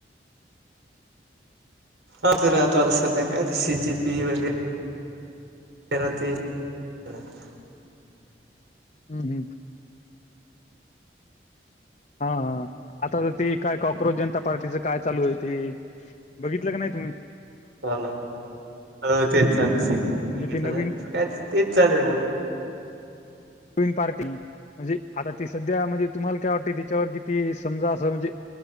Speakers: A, on the right; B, on the left.
A: आ तर तो आता सध्या काय तर शिजी पी वगैे राहतील करत.
B: हम् हम्. हा.. हा.. आता तर ती काय कॉक्रोच जनता पार्टीच काय चालू आहे ते. बघितलं कणी तुम्ही,
A: हो ना, हो ना हो तेच चालूय सगळीकड
B: म्हणजे
A: <unintelligible>
B: ते नवीन
A: तेच चालू आहे नव
B: पीन पार्टी म्हणजे, आता ती सध्या म्हणजे तुम्हाला काय वाटत, त्याच्यावर किती समजा असं म्हणजे,